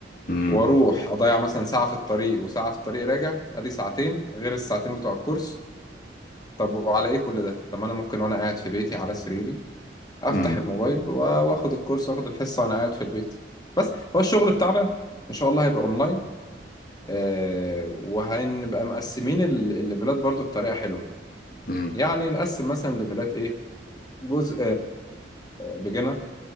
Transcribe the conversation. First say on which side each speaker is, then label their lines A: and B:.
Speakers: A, on the left; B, on the left.
A: امم
B: واروح اضيع مثلا ساعة في الطريق وساعة في الطريق راجع ادي ساعتين غير الساعتين بتوع الكورس طب وعلى ايه كل ده طب ما انا ممكن وانا قاعد في بيتي على سريري افتح
A: امم
B: الموبايل و- واخد الكورس واخد الحصة وانا قاعد في البيت بس هو الشغل بتاعنا ان شاء الله هيبقى اونلاين آه، وهنبقى مقسمين ال- الليفلات برضو بطريقة حلوة
A: امم.
B: يعني نقسم مثلا ليفلات ايه جزء بيجنر